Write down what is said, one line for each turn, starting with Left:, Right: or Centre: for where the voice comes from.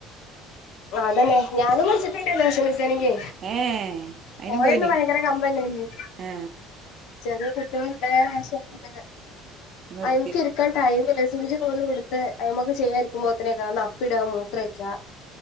Left: അതന്നെ ഞാനും പഠിച്ചിട്ടിണ്ട് ഫാഷൻ ഡിസൈനിങ്
Right: ഏ അയിനും
Left: പോയന്ന്
Right: പോയിനു
Left: ഭയങ്കര കമ്പല്ലേന്യോ
Right: ഏ
Left: ചെറിയ കുട്ടികളിണ്ട് <unintelligible>
Right: നിർത്തിയോ
Left: അയിമക്ക് ഇരിക്കാൻ ടൈമിലെ സൂചീം നൂലും ഇടുത്ത് അതുമ്മേക്ക് ചെയ്യാനിരിക്കുമ്പോത്തിന് കേക്കാം അപ്പിട മൂത്രൊഴിച്ചാ